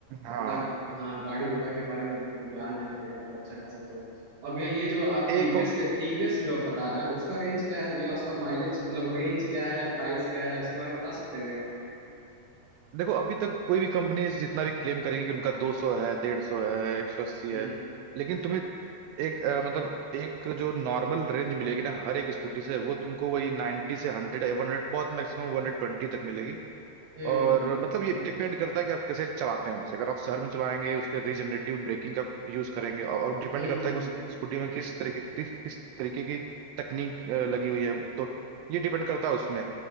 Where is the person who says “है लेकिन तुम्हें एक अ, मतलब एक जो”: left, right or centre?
Right